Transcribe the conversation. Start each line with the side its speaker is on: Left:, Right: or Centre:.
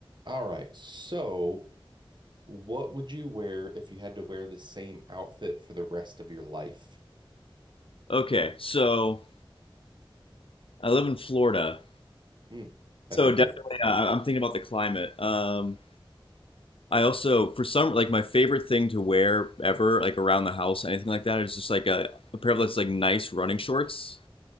Right: All right. So, what would you wear if you had to wear the same outfit for the rest of your life?
Left: Okay, so I live in Florida,
Right: Hmm, that'd
Left: so
Right: be
Left: definitely
Right: good.
Left: I, I'm thinking about the climate. Um, I also, for some, like my favorite thing to wear ever, like around the house, anything like that, is just like a, a pair of those like nice running shorts.